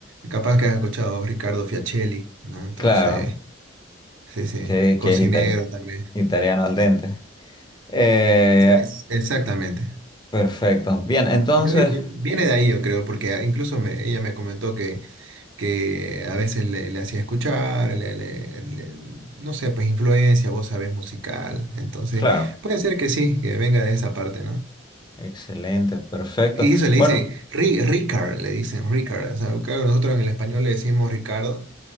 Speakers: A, on the right (about 70°); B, on the left (about 20°).
A: capaz que has escuchado Ricardo Fiacelli, ¿no? Entonces...
B: Claro,
A: Sí, sí,
B: que,
A: cocinero
B: que es itali-
A: también.
B: italiano al dente. Eh,
A: Esa- es- Exactamente.
B: perfecto, bien, entonces,
A: Yo- yo- viene de ahí, yo creo, porque ah, incluso me- ella me comentó que, que a veces le, le hacía escuchar, le- le- le- no sé, pues influencia, vos sabés, musical. Entonces,
B: claro,
A: puede ser que sí, que venga de esa parte, ¿no?
B: excelente, perfecto.
A: Y eso le
B: Bueno,
A: dice, Ri- Ricard, le dicen, Ricard. O sea, claro, nosotros en el español le decimos Ricardo,